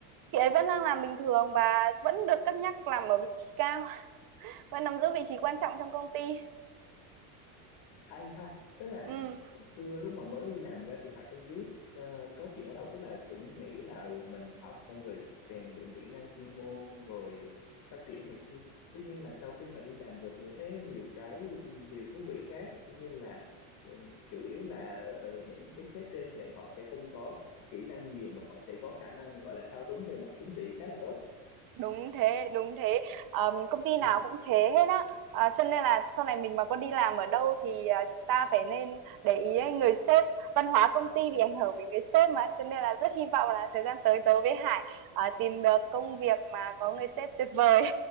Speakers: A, on the right (about 50°); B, on the left (about 55°).
A: Chị ấy vẫn đang làm bình thường và vẫn được cân nhắc làm ở vị trí cao, <laughs> vẫn nắm giữ vị trí quan trọng trong công ty.
B: hay ha tức là
A: Ừ.
B: hồi xưa lúc mà mới đi làm ra thì Hải không biết ờ, có chuyện ở đâu tức là cũng nghĩ là ừ, mình học xong rồi rèn luyện kỹ năng chuyên môn rồi phát triển này kia tuy nhiên là
A: ừ.
B: sau khi mà đi làm rồi thì mới thấy có nhiều cái ừ, điều thú vị khác như là ừ, chủ yếu là ờ, những cái sếp trên thì họ sẽ không có kỹ năng nhiều mà họ sẽ có khả năng gọi là thao túng về mặt chính trị khá là tốt
A: đúng thế đúng thế Ờm, công ty nào
B: ừ.
A: cũng thế hết á À, cho nên là sau này mình mà có đi làm ở đâu thì à, chúng ta phải nên để ý ấy, người sếp văn hóa công ty bị ảnh hưởng bởi người sếp mà cho nên là rất hy vọng là thời gian tới tớ với Hải à, tìm được công việc mà có người sếp tuyệt vời